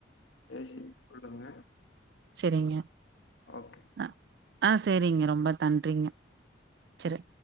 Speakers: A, on the left; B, on the right.
A: பேசி சொல்லுங்க
B: செரிங்க
A: ஓகே
B: அ ஆ செரிங்க ரொம்ப தன்றிங்க செரி